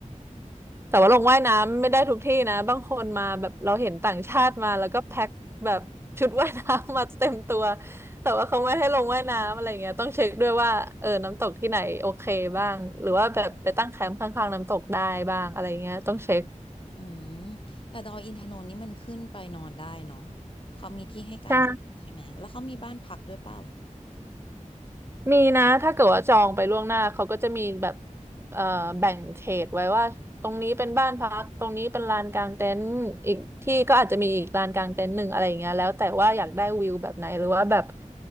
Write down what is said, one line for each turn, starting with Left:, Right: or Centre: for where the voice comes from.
Right: แต่ว่าลงว่ายน้ำไม่ได้ทุกที่นะบางคนมาแบบเราเห็นต่างชาติมาแล้วก็แพ็คแบบชุดว่ายน้ำมาเต็มตัวแต่ว่าเขาไม่ให้ลงว่ายน้ำอะไรเงี้ยต้องเช็คด้วยว่าเออน้ำตกที่ไหนโอเคบ้างหรือว่าแบบไปตั้งแคมป์ข้างๆน้ำตกได้บ้างอะไรเงี้ยต้องเช็ค
Left: อืมแต่ดอยอินทนนท์นี่มันขึ้นไปนอนได้เนาะเขามีที่ให้กางใช่ไหมแล้วเขามีบ้านพักด้วยเปล่า
Right: ใช่ มีนะถ้าเกิดว่าจองไปล่วงหน้าเขาก็จะมีแบบเอ่อแบ่งเขตไว้ว่าตรงนี้เป็นบ้านพักตรงนี้เป็นลานกางเต็นท์อีกที่ก็อาจจะมีอีกลานกางเต็นท์หนึ่งอะไรอย่างเงี้ยแล้วแต่ว่าอยากได้วิวแบบไหนหรือว่าแบบ